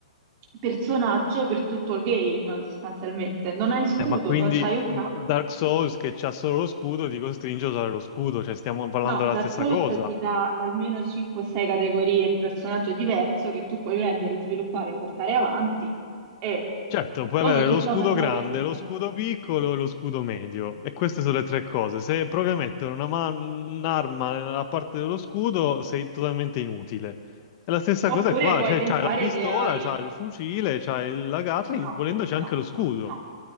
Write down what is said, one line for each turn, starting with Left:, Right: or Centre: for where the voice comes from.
Right: personaggio per tutto il game, sostanzialmente. Non hai scudo,
Left: eh, ma quindi
Right: non c'hai un ca...
Left: mm, Dark Souls che c'ha solo lo scudo ti costringe a usare lo scudo, cioè stiamo parlando
Right: No,
Left: della
Right: Dark
Left: stessa
Right: Souls
Left: cosa.
Right: ti dà almeno 5-6 categorie di personaggio diverso che tu puoi prendere, sviluppare o portare avanti e
Left: Certo, puoi
Right: sono
Left: avere
Right: tutta
Left: lo scudo
Right: una serie
Left: grande,
Right: di modi.
Left: lo scudo piccolo e lo scudo medio, e queste sono le tre cose. Se provi a mettere una ma- un'arma nella parte dello scudo, sei totalmente inutile. E la stessa
Right: Oppure
Left: cosa è qua,
Right: puoi
Left: cioè
Right: pensare
Left: c'hai la pistola,
Right: che hai...
Left: c'hai il fucile, c'hai la Gatling,
Right: No,
Left: volendo c'è
Right: no,
Left: anche lo scudo.
Right: no, no.